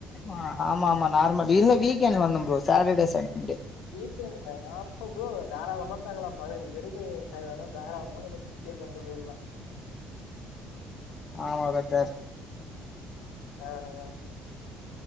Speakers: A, on the left; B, on the left.
A: ஆமா ஆமா ஆமா நார்மல் இல்ல வீக்கெண்ட் வந்த bro Saturday Sunday
B: weekend நா அப்ப ப்ரோ தாராளமா தங்களா பதினஞ்சு பேருக்கு தங்குற அளவுக்கு தாராளமா ஸ்டே பண்ட்டு போயிக்கலா
A: ஆமா கத்தர்
B: ஆ ஆ